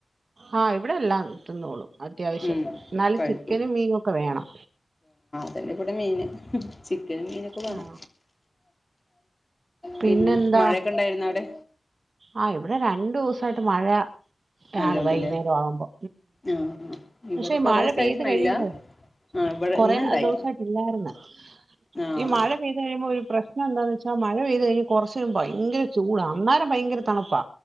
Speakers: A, on the right; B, on the left.
A: ആ ഇവിടെ എല്ലാം തിന്നോളും. അത്യാവശ്യം
B: ഉം
A: എന്നാലും
B: കോഴിക്കൂട്
A: ചിക്കനും, മീനും, ഒക്കെ വേണം
B: അതിന്റെകൂടെ മീന് ചി ക്കനും മിനെക്കെ വേണം.
A: ആ
B: പിന്നെ
A: പിന്നെന്താ
B: മഴയൊക്കെയുണ്ടായിരുന്ന അവിടെ
A: ആ ഇവിടെ രണ്ടു ദിവസായിട്ട് മഴ
B: നല്ലോണ്ട്ല്ലേ
A: ആണ് വൈകുന്നേരം ആവുമ്പോ
B: ആഹ് ഇവിടെ
A: പക്ഷേ
B: കൊറോസായിട്ടുണ്ടായില്ല
A: മഴ പെയ്ത് കഴിയുമ്പോ
B: ആഹ് ഇവിടെ
A: കൊറേ
B: ഇന്നുണ്ടായി
A: ദിവസായിട്ട് ഇില്ലായിരുന്ന്
B: ആഹ്
A: ഈ മഴ പെയ്ത് കഴിയുമ്പോ ഒരു പ്രശ്നം ന്താന്ന് വെച്ചാമഴ പെയ്ത് കഴി കൊർച്ച്ഭയങ്കര ചൂടാ അന്നേരം ഭയങ്കര തണുപ്പാ